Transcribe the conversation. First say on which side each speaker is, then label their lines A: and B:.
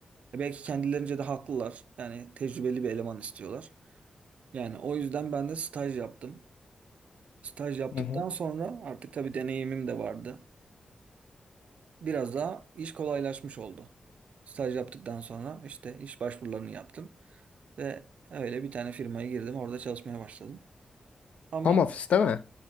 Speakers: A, on the right; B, on the left.
A: E Belki kendilerince de haklılar. Yani tecrübeli bir eleman istiyorlar. Yani o yüzden ben de staj yaptım. Staj yaptıktan
B: Hı hı.
A: sonra artık tabii deneyimim de vardı. Biraz daha iş kolaylaşmış oldu. Staj yaptıktan sonra işte iş başvurularını yaptım ve öyle bir tane firmaya girdim. Orada çalışmaya başladım. Ama
B: Home office değil mi?